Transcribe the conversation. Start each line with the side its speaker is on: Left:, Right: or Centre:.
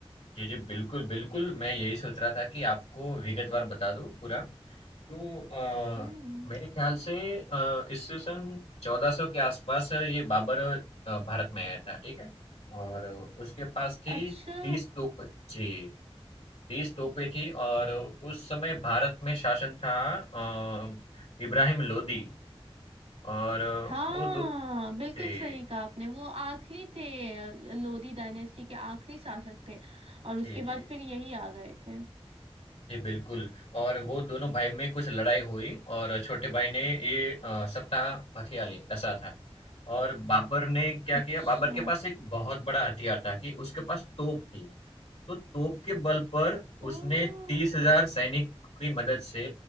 Left: जी, जी, बिल्कुल, बिल्कुल, मैं यही सोच रहा था कि आपको विगतवार बता दूँ पूरा। तो अ,
Right: हम्म
Left: मेरे ख़्याल से अ, ईस्वी सन 1400 के आसपास ये बाबर अ, भारत में आया था, ठीक है? और उसके पास थी
Right: अच्छा
Left: 30 तोप जी, 30 तोपें थी और उस समय भारत में शासन था अ, इब्राहिम लोदी और
Right: हाँ
Left: वो दो
Right: बिल्कुल
Left: जी,
Right: सही कहा आपने वो आखिरी थे ल- लोधी डायनेस्टी के आखिरी शासक थे और
Left: जी,
Right: उसके
Left: जी।
Right: बाद फिर यही आ गए थे
Left: जी, बिल्कुल और वो दोनों भाई में कुछ लड़ाई हुई और छोटे भाई ने ये अ, सत्ता हथिया ली ऐसा था और बाबर ने क्या
Right: अच्छा
Left: किया बाबर के पास एक बहुत बड़ा हथियार था कि उसके पास तोप थी तो तोप के बल पर
Right: ओ
Left: उसने तीस हजार सैनिक की मदद से